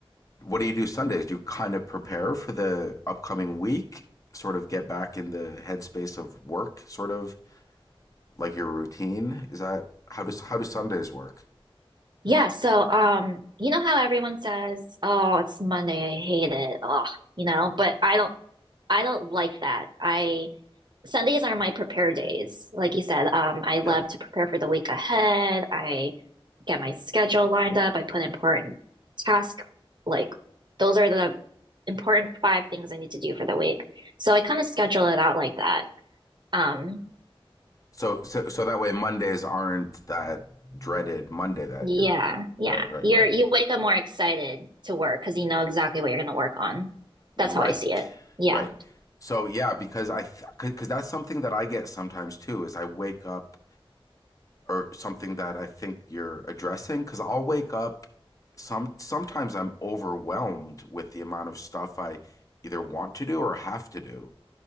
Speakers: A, on the left; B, on the right.
A: what do you do Sundays? Do you kind of prepare for the upcoming week? Sort of get back in the headspace of work, sort of like your routine. Is that how does how do Sundays work?
B: Yeah, so um, you know how everyone says, "Oh, it's Monday, I hate it." Oh, you know, but I don't I don't like that. I Sundays are my prepare days. Like you said, um, I love
A: Yeah.
B: to prepare for the week ahead. I get my schedule lined up. I put important task like those are the important five things I need to do for the week. So I kind of schedule it out like that. Um,
A: So so so that way Mondays aren't that dreaded Monday that
B: Yeah,
A: you're
B: yeah.
A: right right
B: You're
A: right
B: you wake up more excited to work because you know exactly what you're going to work on.
A: right
B: That's how I see it. Yeah.
A: right. So yeah, because I because that's something that I get sometimes too. Is I wake up or something that I think you're addressing because I'll wake up some sometimes I'm overwhelmed with the amount of stuff I either want to do or have to do